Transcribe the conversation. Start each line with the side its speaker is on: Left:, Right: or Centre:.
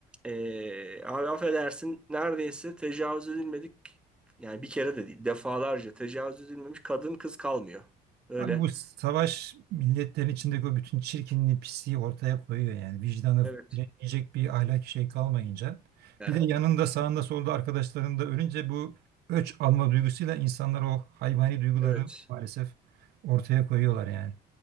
Centre: Ee, abi affedersin neredeyse tecavüz edilmedik yani bir kere de değil defalarca tecavüz edilmemiş kadın kız kalmıyor. Öyle.
Right: Abi bu savaş milletlerin içindeki o bütün çirkinliği, pisliği ortaya koyuyor yani. Vicdanı
Centre: Evet.
Right: yiyecek bir ahlaki şey kalmayınca.
Centre: Ya,
Right: Bir de yanında sağında solda arkadaşların da ölünce bu öç alma duygusuyla insanlar o hayvani duyguları
Centre: evet.
Right: maalesef ortaya koyuyorlar yani.